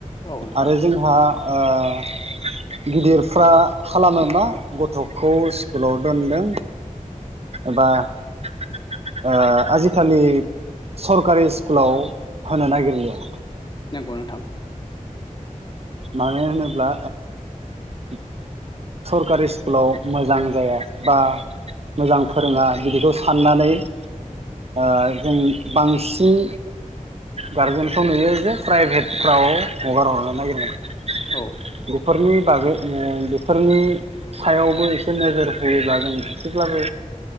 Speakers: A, on the left; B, on the right.
A: औ नोंथां
B: आरो जोंहा ओ गिदिरफ्रा खालामो मा गथखौ स्कुलाव दोनदों एबा ओ आजिखालि सरकारि स्कुलाव होनो नागिरलिया
A: नंगौ नोंथां।
B: मानो होनोब्ला ओ सरकारि स्कुलाव मोजां जाया बा मोजां फोरोङा बिदिखौ साननानै ओ जों बांसिन गारजेनखौ नुयो जे प्राइभेटफ्राव हगार हरनो नागिरनाया
A: औ
B: बेफोरनि बागैनो फोरनि सायावबो एसे नोजोर होयोब्ला जों एसेब्लाबो